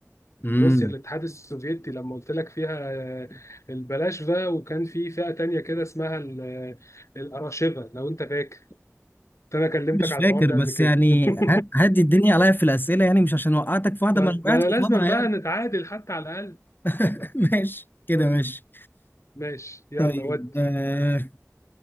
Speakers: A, on the left; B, on the left.
A: امم
B: روسيا الاتحاد السوفيتي لما قلت لك فيها آه، البلاشفه وكان في فئه تانية كده اسمها ال- الاراشفه لو انت فاكر انا كلمتك
A: مش
B: على
A: فاكر
B: الحوار ده
A: بس
B: قبل كده
A: يعني
B: <laughs>
A: ه- هدي الدنيا عليا في الأسئلة يعني مش عشان وقعتك في واحدة
B: طيب
A: ما انا وقعت
B: ما انا لازم
A: قصادها
B: بقى
A: يعني
B: نتعادل حتى على الاقل
A: <laughs> ماشي كده ماشي
B: ماشي يلا
A: طيب
B: ود
A: آه